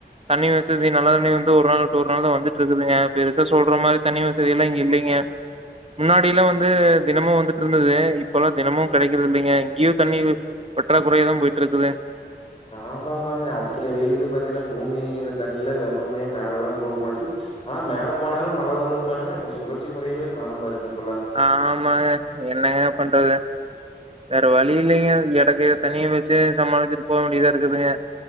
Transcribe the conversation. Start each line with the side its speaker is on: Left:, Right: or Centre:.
Right: தண்ணி வசதி நல்ல தண்ணி வந்து ஒரு நாள் ஒரு நாள் தா வந்துட்ருக்குதுங்க பெருசா சொல்ற மாரி தண்ணி வசதிலா இங்க இல்லிங்க முன்னாடில்லா வந்து தினமு வந்துட்ருந்துது இப்பெல்லா தினமு கிடைக்கிறது இல்லைங்க இங்கயு தண்ணி பற்றாக்குறையா தா போயிட்ருக்குது
Left: ஆமாமாங்க அடிக்கிற வெயிலுக்கு பாத்திங்னா பூமியில தண்ணியெலா வெப்பமாயி மேலதா போகுமாட்டுது ஆனா மேல போனாலு மழ வரும்பானுங்க அந்த சுழற்சி முறையவே காணம் பாருங்க இப்பெல்லா
Right: ஆமாங்க என்னங்க பண்றது வேற வழி இல்லைங்க எடக்கு தண்ணிய வெச்சு சமாளிச்சுட்டு போக வேண்டியதா இருக்குதுங்க